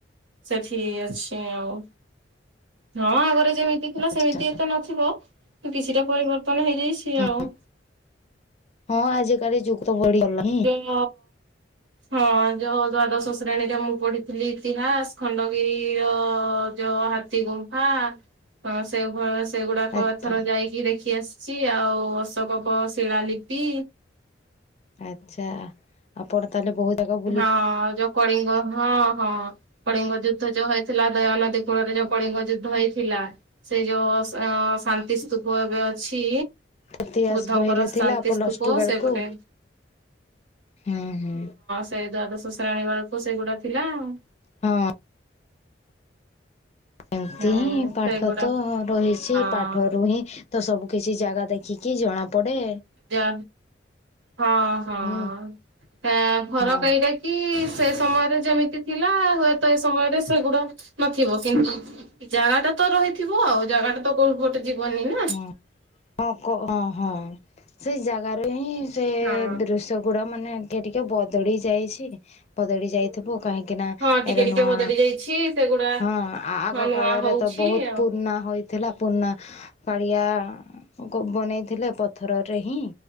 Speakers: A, on the right (about 80°); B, on the left (about 35°).
A: ସେଠି ଅଛି ଆଉ ହଁ ଆଗରେ ଯେମିତି ଥିଲା
B: ଆଚ୍ଛା
A: ସେମିତି ଏତେ ନଥିବ ତ କିଛିଟା ପରିବର୍ତ୍ତନ ହେଇଯାଇଚି
B: ହଁ
A: ଆଉ
B: ହଁ ଆଜି କାଲି ଯୁକ୍ତ ବଢ଼ିଗଲାଣି।
A: ହ ହଁ ଯୋଉ ଦ୍ଵାଦଶ ଶ୍ରେଣୀରେ ମୁଁ ପଢିଥିଲି ଇତିହାସ ଖଣ୍ଡଗିରିର ଯୋ ହାତୀ ଗୁମ୍ଫା ସେଇ ଭ ସେଇ ଗୁଡ଼ାକ
B: ଆଚ୍ଛା
A: ଏଥର ଯାଇ ଦେଖି ଆସିଛି ଆଉ ଅଶୋକ କ ଶିଳାଲିିପି
B: ଆଚ୍ଛା ଆପଣ ତାହେଲେ ବହୁ ଜାଗା ବୁଲି
A: ହଁ ଯୋଉ କଳିଙ୍ଗ ହଁ ହଁ କଳିଙ୍ଗ ଯୁଦ୍ଧ ଯୋଉ ହେଇଥିଲା ଦୟାନଦୀ କୂଳରେ ଯୋଉ କଳିଙ୍ଗ ଯୁଦ୍ଧ ହେଇଥିଲା। ସେଇ ଯୋଉ ଅସ୍ ଶାନ୍ତି ସ୍ତୁପ ଏବେ ଅଛି।
B: ଇତିହାସ
A: ବୁଦ୍ଧଙ୍କର
B: ବହିରେ ଥିଲା
A: ଶାନ୍ତି
B: ପ୍ଲସ୍ଟୁ
A: ସ୍ତୂପ
B: ବେଳକୁ
A: ସେପଟେ
B: ହୁଁ, ହୁଁ।
A: ସେଇ ଦ୍ୱାଦଶ ଶ୍ରେଣୀ ବେଳକୁ ସେଗୁଡ଼ା ଥିଲା ଆଉ।
B: ହଁ। ଏମିତି
A: ହଁ
B: ହିଁ ପାଠ
A: ସେଇଗୁଡା
B: ତ ରହିଛି
A: ହଁ
B: ପାଠରୁ ହିଁ ତ ସବୁ କିଛି ଜାଗା ଦେଖିକି ଜଣା ପଡ଼େ।
A: ଯା ହଁ, ହଁ,
B: ହୁଁ
A: ତା ଫରକ୍
B: ହଁ
A: ଏଇଟା କି ସେ ସମୟରେ ଯେମିତି ଥିଲା ହୁଏତ ଏ ସମୟରେ ସେଗୁଡ଼ା ନଥିବ କି ଜାଗା ଟା ତ ରହିଥିବ ଆଉ ଜାଗାଟା ତ କୋଉ ପଟେ ଯିବନିନା।
B: ହଁ ହଁ, କ ହଁ, ହଁ, ସେଇ ଜାଗାରେ ହିଁ ସେ
A: ହଁ
B: ଦୃଶ୍ୟ ଗୁଡ଼ା ମାନେ ଟିକେ ଟିକେ ବଦଳି ଯାଇଛି ବଦଳି ଯାଇଥିବ କାହିଁ କିନା
A: ହଁ ଟିକେ
B: ଏବେ
A: ଟିକେ
B: ନୂଆ
A: ବଦଳି ଯାଇଛି ସେଗୁଡା
B: ହଁ ଆଗ
A: ହଁ ନୂଆ
B: କାଳରେ
A: ହଉଛି
B: ତ ବହୁତ
A: ଆଉ
B: ପୁରୁଣା ହୋଇ ଥିଲା ପୁରାଣା କଳିଆଙ୍କୁ ବନେଇଥିଲେ ପଥରରେ ହିଁ